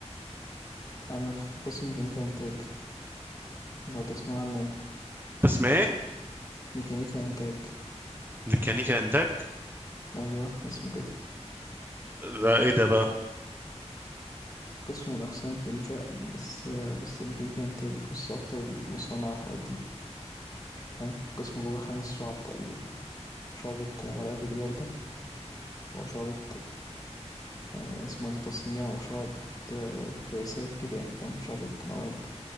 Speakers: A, on the left; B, on the right.
A: انا في قسم ميكانيكا انتاج لو تسمع عنه يعني
B: قسم إيه؟
A: ميكانيكا انتاج
B: ميكانيكا إنتاج
A: ايوه اسمه كده
B: ده إيه ده بقى؟
A: قسم من أقسام ميكانيكا بس بس ميكانيكا إنتاج يخص أكتر المصانع والحاجات دي فاهم قسم جوه خمس شعب تقريبا شعبة مراقبة جودة وشعبة آه، اسمه ده تصنيع وشعبة آه، قياسات كده يعني فاهم شعبة مواد